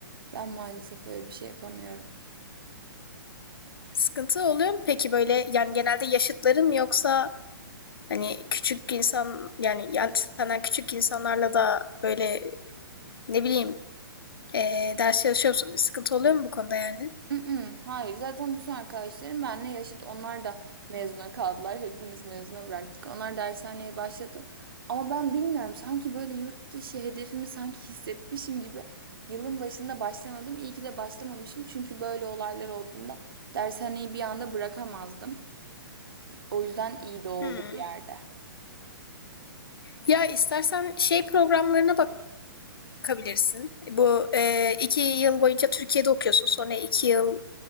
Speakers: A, on the right; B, on the left.
A: ben maalesef öyle bir şey yapamıyorum.
B: Sıkıntı oluyor mu peki böyle yani genelde yaşıtlarım yoksa hani küçük insan yani, yani senden küçük insanlarla da böyle ne bileyim Ee, ders çalışıyor musun? Bir sıkıntı oluyor mu bu konuda yani?
A: Mm-mm, hayır zaten bütün arkadaşlarım benimle yaşıt onlar da mezuna kaldılar. Hepimiz mezuna bıraktık. Onlar dershaneye başladı. Ama ben bilmiyorum sanki böyle yurt dışı hedefimi sanki hissetmişim gibi yılın başında başlamadım. İyi ki de başlamamışım çünkü böyle olaylar olduğunda dershaneyi bir anda bırakamazdım. O yüzden iyi de oldu
B: Hmm.
A: bir yerde.
B: Ya istersen şey programlarına bakabilirsin. Bu e, iki yıl boyunca Türkiye'de okuyorsun. Sonra iki yıl